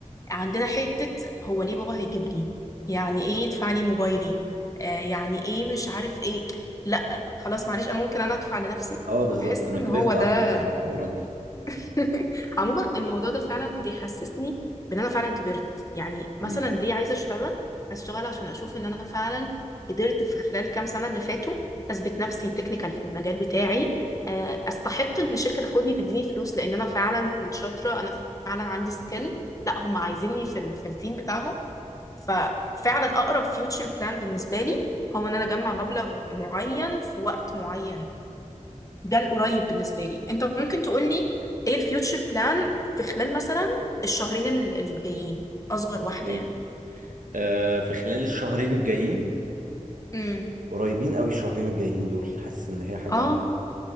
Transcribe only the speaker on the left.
عندنا حتة هو ليه بابا هيجيب لي يعني ايه يدفع لي موبايلي آه يعني ايه مش عارف ايه لا خلاص معلش انا ممكن انا ادفع لنفسي
فبحس
ان
هو ده
<laughs> عموما الموضوع ده فعلا بيحسسني بان انا فعلا كبرت يعني مثلا
ليه عايزة اشتغل اشتغل عشان اشوف ان انا فعلا قدرت في خلال كام سنة اللي فاتوا اثبت نفسي تكنيكال في المجال بتاعي آه، استحق ان الشركة تاخدني تديني فلوس لان انا فعلا شاطرة انا فعلا عندي سكيل لا هم عايزيني في ال- في التيم بتاعهم ففعلا اقرب فيوتشر بلان بالنسبه لي هو ان انا اجمع مبلغ معين في وقت معين ده القريب بالنسبه لي انت ممكن تقول لي ايه الفيوتشر بلان في خلال مثلا الشهرين ال- الجايين اصغر
واحده يعني
امم
اه